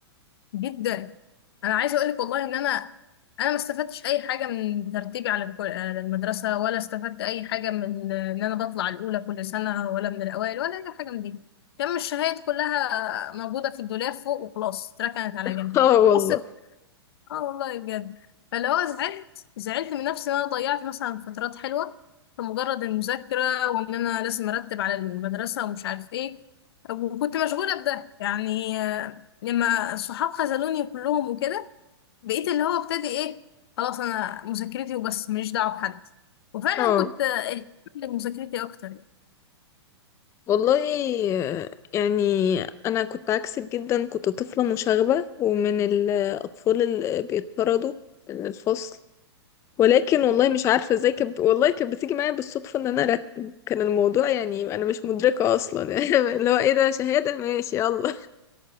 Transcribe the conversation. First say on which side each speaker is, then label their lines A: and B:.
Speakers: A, on the left; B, on the left.
A: جدا انا عايزه اقول لك والله ان انا انا ما استفدتش اي حاجه من ترتيبي على الكل- آه، على المدرسه ولا استفدت اي حاجه من ان انا بطلع الاولى كل سنه ولا من الاوائل ولا اي حاجه من دي كان الشهايد كلها موجوده في الدولاب فوق وخلاص اتركنت على
B: <laughs>
A: جنب
B: اه والله
A: بس اه والله بجد فاللي هو زعلت زعلت من نفسي ان انا ضيعت مثلا فترات حلوه في مجرد المذاكره وان انا لازم ارتب على المدرسه ومش عارف ايه وكنت مشغوله بده يعني آه، لما الصحاب خذلوني كلهم وكده بقيت اللي هو ابتدي ايه خلاص انا مذاكرتي وبس ماليش دعوه بحد وفعلا
B: اه
A: كنت آه، اهتمت بمذاكرتي اكتر يعني
B: والله آه، يعني انا كنت عكسك جدا كنت طفلة مشاغبة ومن الاطفال اللي بيطردوا من الفصل ولكن والله مش عارفة ازاي كب... والله كانت بتيجي معايا بالصدفة ان انا ارتب كان الموضوع يعني انا مش مدركة اصلا <laughs> اللي هو ايه ده شهادة ماشي يلا